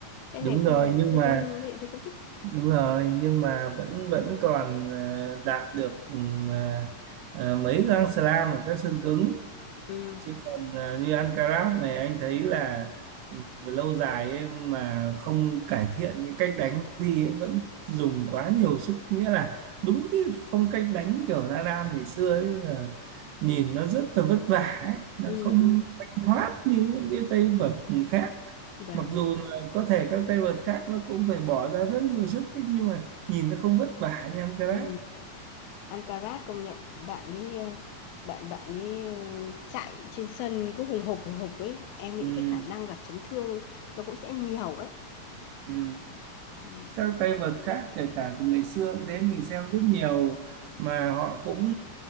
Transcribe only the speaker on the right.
đúng
rồi
nhưng
mà
đúng rồi nhưng mà vẫn vẫn còn ờ, đạt được ừ, ờ, ờ, mấy găng slam ở các sân cứng
chứ còn à, như ăn Alcaraz này anh thấy là về lâu dài ấy mà không cải thiện cái cách đánh thì ấy, vẫn dùng quá nhiều sức nghĩa là đúng cái phong cách đánh kiểu Nadal ngày xưa ấy là nhìn nó rất là vất vả ấy. nó
không
thanh thoát như những cái tay vợt khác
mặc dù là có thể các tay vợt khác nó cũng phải bỏ ra rất nhiều sức ấy, nhưng mà nhìn nó không vất vả như Alcaraz
ừ,
ừ.
các tay vợt khác kể cả từ ngày xưa cũng thế mình xem rất nhiều mà họ cũng